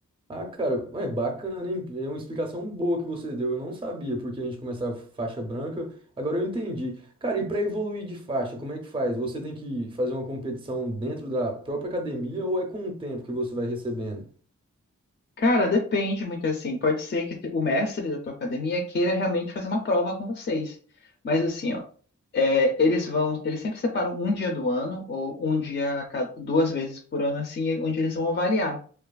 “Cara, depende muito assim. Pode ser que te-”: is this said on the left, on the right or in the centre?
Left